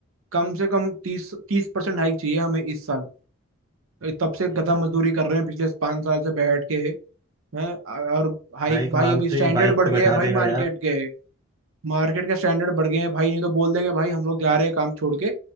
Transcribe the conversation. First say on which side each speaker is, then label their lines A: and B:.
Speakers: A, on the right (about 75°); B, on the right (about 15°).
A: कम से कम तीस तीस परसेंट हाइक चाहिए हमें इस साल तब से
B: अरे
A: गधा
B: गलत।
A: मजदूरी कर रहे हैं पिछले पाँच साल से बैठ के हैं और हाइक
B: भाई
A: भाई
B: मांगते
A: अभी स्टैंडर्ड
B: ही बाइक
A: बढ़
B: पे
A: गया
B: बैठा
A: है भाई
B: देगा
A: मार्केट के मार्केट के स्टैंडर्ड बढ़ गए हैं भाई नहीं तो बोल देंगे भाई हम लोग जा
B: यार
A: रहे हैं काम छोड़ के